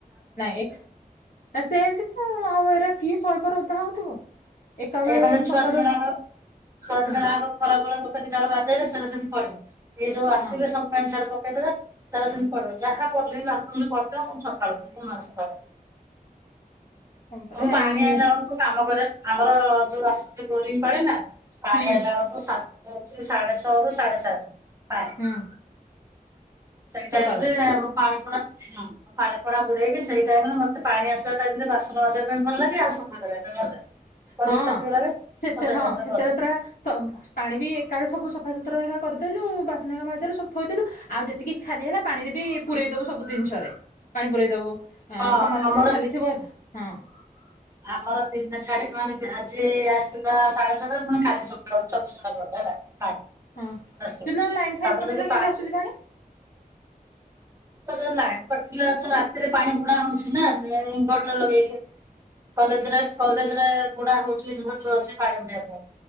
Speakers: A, on the left; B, on the right.
A: ନାଇଁ ନା ସେମିତି ତ ଆଉ ଏରା କିଏ ସଏ ଥର ଓଦା ହଉଥିବ ଏକାବେଳେ
B: ଏ ମାନେ ଛୁଆ
A: ସକାଳୁ
B: ଦିଜଣଙ୍କର ଛୁଆ
A: ହଁ
B: ଦିଜଣ ଆଗ ଖରା ବଳ ଯଦି ତାର ଗାଧେଇବ ସେରା ସେମତି ପଡ଼ିବ। ଏଇ ଯୋଉ ଆସିଥିଲେ
A: ହଁ
B: ସବୁ ପାଣ୍ଟସାର୍ଟ ପ ହେଥିରେ ସେରା ସେମତି ପଡିବ, ଯାହା ପଡିଲେବି ବାଥରୁମ ରେ ପଡ଼ିଥିବ ମୁଁ ସକାଳୁ ମୁଇ ସଫା କରେ।
A: ହଁ ପରା
B: ଆଉ ପାଣି
A: ଏ ମୁଁ
B: ଆଣିଲା ବେଳକୁ କାମ କରେ ଆଉ ଆମର ଯୋଉ ଆସୁଚି ବୋରିଙ୍ଗ ପାଣି ନା ପାଣି
A: ହୁଁ
B: ଆଇଲା ଅଳୁକୁ ସାତ ଦଉଚି ସାଢେ ଛଅରୁୁ ସାଢେ ସାତ। ପାଣି।
A: ହୁଁ
B: ସେଇ ଟାଇମରେ
A: ସକାଳ
B: ଆମ ପାଣି ପୁଣା ଫିଉନୁ। ଆଉ ପାଣି ପୁଣା ପୁରେଇକି ସେଇ ଟାଇମ ରେ ମତେ ପାଣି ଆସିବା ଟାଇମ ରେ ବାସନ ମାଜିବା ପାଇଁ ଭଲ ଲାଗେ, ଆଉ ସଫା କରିବା ପାଇଁ ଭଲ ଲାଗେ। ପରିଷ୍କାର
A: ହଁ
B: ଟିକେ ଲାଗେ
A: ସେତ
B: ମୁଁ ସେଇ
A: ହଁ
B: ଟାଇମ ରେ
A: ସେତେବେଳେ
B: କରିଦିଏ
A: ପୁରା ପାଣି ବି ଏକାବେଳେ ସବୁ ସଫା ସୁତ ସୁତ୍ର ହରିକା କରିଦେଲୁ ବାସନ ହରିକା ମାଜିଦେଲୁ ସବୁ ଥୋଇଦେଲୁ ଆଉ ଯେତିକି ଖାଲି ହେଲା ପାଣିରେ ବି ପୁରେଇଦବୁ ସବୁ ଜିନିଷରେ ପାଣି ପୁରେଇଦବୁ
B: ହଁ
A: ଏଁ ଢମାଫମା
B: ଆମର
A: ଖାଲିଥିବ ହେକା ହଁ।
B: ଆମର ଦିନେ ଛାଡି ମାନେ ଆଜି ଆସିବା ସାଢେ ଛଅଟାରୁ ପୁଣି କାଲି ସକାଳ ଚବିଶ ଘଣ୍ଟା ପରେ ହେଲା। ପାଣି
A: ହଁ ଯଉଦିନ
B: ଆସିବ।
A: ଲାଇନଫାଇନ
B: ତାପରେ
A: କଟିଗଲା
B: ଯଦି
A: କିଂତି ଆଶୁଛି ପାଣି?
B: <unintelligible> ଲାଇନ୍ କଟଥିଲା ରାତିରେ ପାଣି ଭୁଡା ହଉଚି ନା ଇନଭଟର ଲଗେଇକି କଲେଜରେ କଲେଜରେ ବୁଡା ହଉଚି ଇନଭଟର ଅଛି ପାଣି ବୁଡେଇଆକୁ